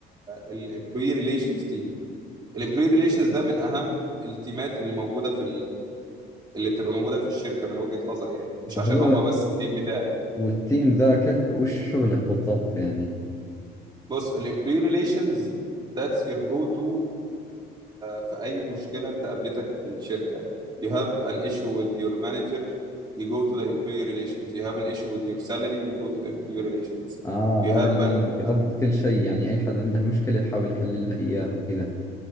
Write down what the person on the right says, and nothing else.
الامبلوي ريليشنز تيم الامبلوي ريليشنز ده من اهم التيمات اللي موجوده في اللي بتبقى موجوده في الشركه من وجهه نظري يعني مش
عشان هما بس التيم بتاعي
بص الامبلوي ريليشنز ذاتس يور جو تو في اي مشكله انت قابلتك في الشركه you have an issue with your manager you go to the employee relations you have an issue with your salary you go to the employee relations
you have
an
آه،